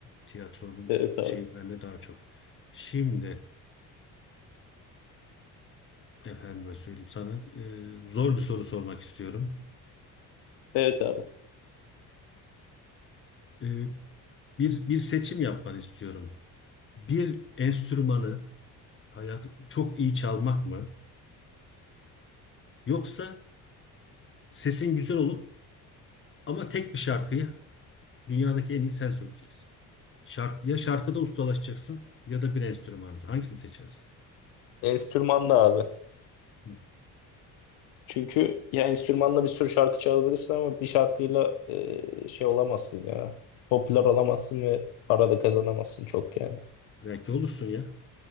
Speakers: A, on the left; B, on the left.
A: tiyatronun
B: Evet
A: şeyi
B: abi.
A: bende daha çok. Şimdi efendime söyleyeyim sana e, zor bir soru sormak istiyorum.
B: Evet abi.
A: Ee, bir bir seçim yapmanı istiyorum. Bir enstrümanı hayat çok iyi çalmak mı? Yoksa sesin güzel olup ama tek bir şarkıyı Dünyadaki en iyi sen söyleyeceksin. Şark, ya şarkıda ustalaşacaksın ya da bir enstrümanda. Hangisini seçersin?
B: Enstrümanlı abi.
A: Hı.
B: Çünkü ya enstrümanla bir sürü şarkı çalabilirsin ama bir şarkıyla e, şey olamazsın ya. Popüler olamazsın ve para da kazanamazsın çok yani.
A: Belki olursun ya